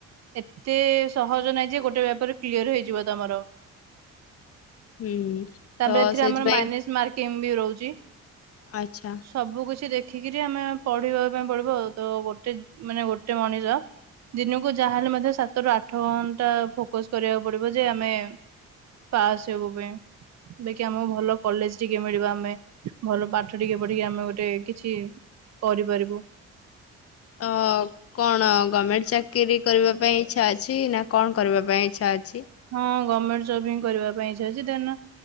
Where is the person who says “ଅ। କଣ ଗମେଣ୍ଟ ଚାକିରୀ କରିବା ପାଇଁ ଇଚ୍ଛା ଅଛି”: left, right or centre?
Left